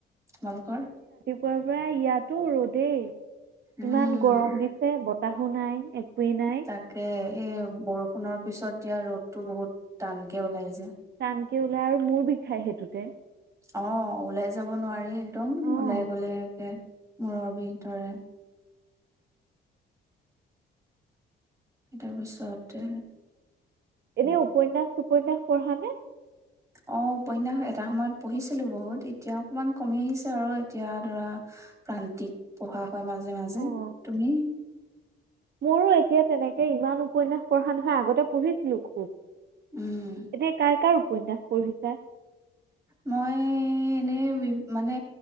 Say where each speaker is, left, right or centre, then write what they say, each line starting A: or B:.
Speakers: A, on the right; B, on the right.
A: তোমালোকৰ
B: ক পৰা ইয়াতো ৰ'দেই
A: উম
B: ইমান গৰম দিছে বত চাহো নাই একোৱেই নাই
A: তাকে এই বৰষুণৰ পিছত দিয়া ৰ'দতটো বহুত টান কে ওলাই যায়
B: টানকে ওলাই আৰু মূৰ বিষ খাই সেইটোতে
A: অ ওলাই যাব নোৱাৰি একদম
B: অ'
A: ওলাই গলে একে মূৰৰ বিষ ধৰে তাৰ পিছত
B: এনে
A: উম
B: উপ ন সু উপন্যাস পঢ়া নে
A: অ উপন্যাস এটা সময়ত পঢ়িছিলো বহুত এতিয়া অকণমান কমি আহিছে আৰু এতিয়া ধৰা প্ৰান্তিক পঢ়া হয় মাজে মাজে
B: অ'
A: তুমি
B: মোৰো এতিয়া তেনেকে ইমান উপন্যাস পঢ়া নহয় আগতে পঢ়িছিলো খুব এতিয়া
A: উম,
B: কাৰ কাৰ উপন্যাস পঢ়িছা
A: মই এনেই মানে